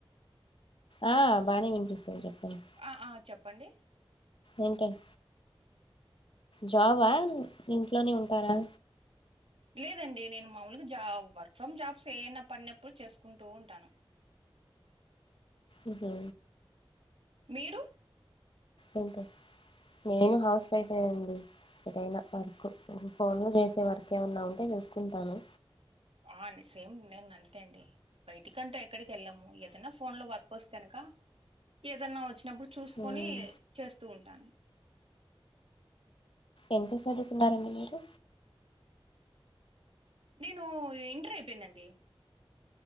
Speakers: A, on the left; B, on the right.
A: ఆ బానే వినిపిస్తుంది చెప్పండి.
B: అ ఆ చెప్పండి.
A: ఏంటన్ జాబ? ఇంట్లోనే ఉంటారా?
B: లేదండి నేను మాముూలుగా జా వర్క్ ఫ్రమ్ జాబ్స్ ఏమనా పడినప్పుడు చేసుకుంటూ ఉంటాను.
A: మ్హు
B: మీరు?
A: అంటే నేను హౌస్ వైఫే అండి ఏదైన వర్క్ ఫోన్ లో చేసే వర్క్ ఏమన్న ఉంటే చూసుకుంటాను.
B: ఆ సేమ్ నేను అంతే అండి. బయటికంటె ఎక్కడికి వెళ్ళము. ఏదన్న ఫోన్ లో వర్క్ వస్తే గనుక, ఏదన్నా వచ్చినప్పుడు చూసుకొని
A: ఉమ్
B: చేస్తూ ఉంటాను.
A: ఎంత చదువుకున్నారండి మీరు?
B: నేను ఇంటర్ అయిపోయిందండి.